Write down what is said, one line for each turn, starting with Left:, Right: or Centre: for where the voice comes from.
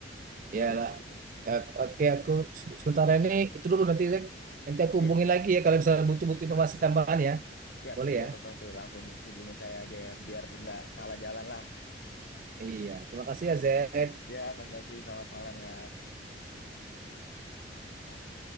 Left: Oh
Right: Iyalah.
Left: ya udah.
Right: Ya, Oke, aku se- sementara ini itu dulu nanti Zek. Nanti aku
Left: Ya,
Right: hubungin lagi ya kalau misalnya butuh-butuh informasi tambahan ya.
Left: siap,
Right: Boleh
Left: siap
Right: ya?
Left: Mas Nofri. Langsung hubungin saya aja ya, biar nggak salah jalan lah.
Right: Iya, terima kasih ya Zek.
Left: Ya, Mas Nofri, selamat malam ya. Oke,